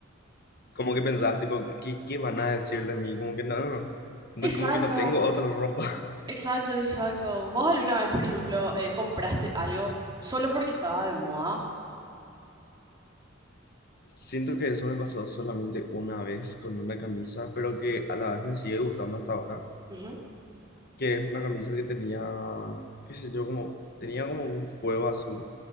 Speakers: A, on the left; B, on the right.
A: como que pensabas, tipo, ¿qué, qué van a decir de mí? Como que no, no,
B: Exacto,
A: como que no tengo otra ropa.
B: exacto, exacto. ¿Vos alguna vez, por ejemplo, eh, compraste algo solo porque estaba de moda?
A: <laughs> Siento que eso me pasó solamente una vez con una camisa, pero que a la vez me sigue gustando hasta ahora,
B: Ujú.
A: que es una camisa que tenía, qué sé yo, como, tenía como un fuego azul